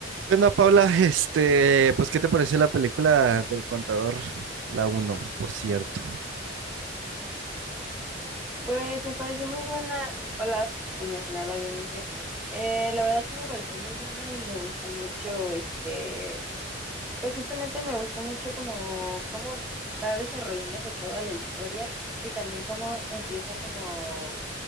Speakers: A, on the right; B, in the centre.
A: ¿Qué onda, Paula? Este, pues, ¿qué te pareció la película del contador? La Uno, por cierto.
B: Pues me pareció muy buena. Hola, primero que nada, obviamente. Eh, la verdad sí me pareció muy buena y me gustó mucho, este, pues justamente me gustó mucho como cómo va desarrollándose toda la historia y también cómo empieza como,